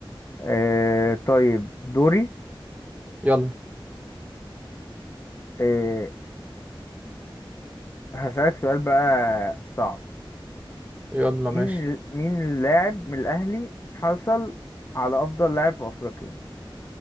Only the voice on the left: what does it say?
أه... طيب دوري
آه، هسألك سؤال بقى صعب
مين مين اللاعب من الأهلي حصل على أفضل لاعب في أفريقيا